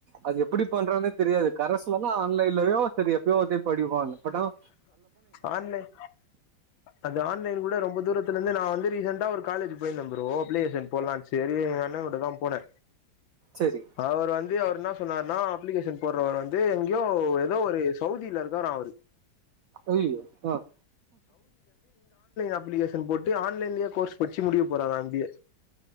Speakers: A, on the right; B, on the left.
A: அது எப்படி பண்றே தெரியாது கரசுன்னா ஆன்லைன்லயோ சரிய அப்பயோத்தையும் படிவாங்க பட் ஆனா
B: ஆன்லைன் அது ஆன்லைன் கூட ரொம்ப தூரத்துல இருந்து நா வந்து ரிசென்ட்ட ஒரு காலேஜ் போயிரு தம்பவோ அப்பிளேசன் போலான்னு சரி எங்க அண்ணன்கிட்ட தா போனே
A: சரி
B: அவர் வந்து அவர் என்ன சொன்னார்னா அப்ளிகேஷன் போற <unintelligible> எங்கேயோ ஏதோ ஒரு சவுதியில இரு இருக்காரா அவரு
A: ஐயோ ஆஹ்
B: அப்பிளிக்கேஷன் போட்டு ஆன்லைன்லயே கோர்ஸ் பச்சு முடிக்க போறா அங்கேயே